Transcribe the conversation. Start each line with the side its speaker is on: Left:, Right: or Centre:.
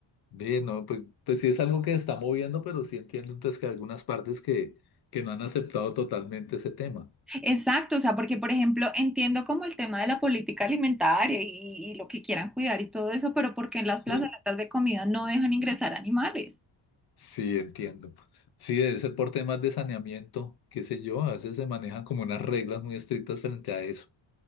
Left: Ve, no, pues, pues sí es algo que está moviendo, pero sí entiendo entonces que hay algunas partes que, que no han aceptado totalmente ese tema.
Centre: Exacto, o sea, porque, por ejemplo, entiendo como el tema de la política alimentaria y, y lo que quieran cuidar y todo eso, pero porque en las
Left: Sí.
Centre: plazoletas de comida no dejan ingresar animales.
Left: Sí, entiendo. Sí, debe ser por temas de saneamiento, qué sé yo, a veces se manejan como unas reglas muy estrictas frente a eso,